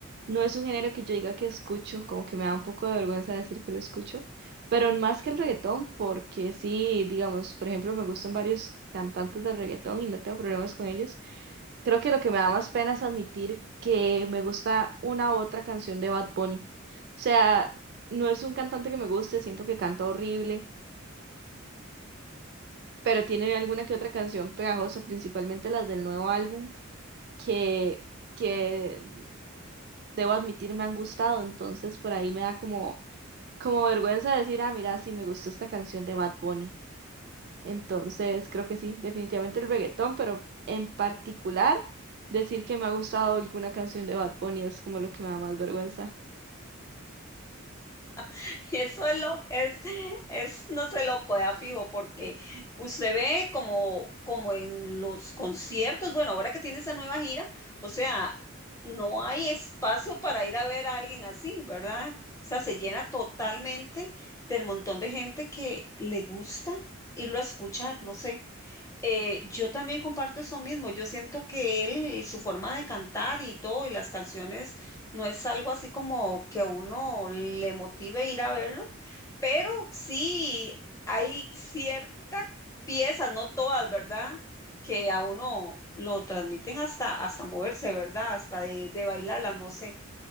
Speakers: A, on the right; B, on the left.
A: no es un género que yo diga que escucho, como que me da un poco de vergüenza decir que lo escucho, pero más que el reggaetón, porque sí, digamos, por ejemplo, me gustan varios cantantes de reggaetón y no tengo problemas con ellos. Creo que lo que me da más pena es admitir que me gusta una u otra canción de Bad Bunny. O sea, no es un cantante que me guste, siento que canta horrible pero tiene alguna que otra canción pegajosa, principalmente las del nuevo álbum, que, que debo admitir me han gustado, entonces por ahí me da como, como vergüenza decir, ah, mira, sí me gustó esta canción de Bad Bunny. Entonces creo que sí, definitivamente el reggaetón, pero en particular decir que me ha gustado alguna canción de Bad Bunny es como lo que me da más vergüenza.
B: <laughs> Y eso es lo es, es no sé, loco, ya fijo, porque usted ve como, como en los conciertos, bueno, ahora que tiene esa nueva gira, o sea, no hay espacio para ir a ver a alguien así, ¿verdad? O sea, se llena totalmente del montón de gente que le gusta irlo a escuchar, no sé. Eh, yo también comparto eso mismo. Yo siento que él, su forma de cantar y todo, y las canciones, no es algo así como que a uno le motive ir a verlo, pero sí hay ciertas piezas, no todas, ¿verdad? Que a uno lo transmiten hasta, hasta moverse, ¿verdad? Hasta de, de bailarlas, no sé.